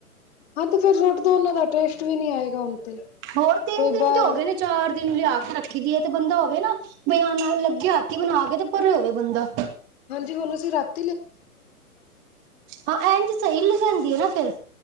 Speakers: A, on the left (about 45°); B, on the right (about 25°).
A: ਹਾਂ ਤੇ ਫੇਰ ਰਖਦੋ ਉਹਨਾਂ ਦਾ ਟੇਸਟ ਵੀ ਨਹੀਂ ਆਏਗਾ ਹੁਣ ਤੇ,
B: ਹੋਰ ਤਿੰਨ
A: ਕੋਈ
B: ਦਿਨ
A: ਬਾਹਰ
B: ਤੇ ਹੋ ਗਏ ਨੇ ਚਾਰ ਦਿਨ ਲਿਆ ਕੇ ਰੱਖੀ ਦੀ, ਤੇ ਬੰਦਾ ਹੋਵੇ ਨਾ ਬਿਨ ਲੱਗੇ ਹੱਥੀ ਬਣਾ ਕੇ ਤੇ ਪਰੇ ਹੋਵੇ ਬੰਦਾ।
A: ਹਾਂਜੀ ਹੁਣ ਅਸੀ ਰਾਤ
B: ਹਾਂ ਐੰਝ ਸਹੀ ਲਗਾਂਦੀ ਆ ਨਾ ਫੇਰ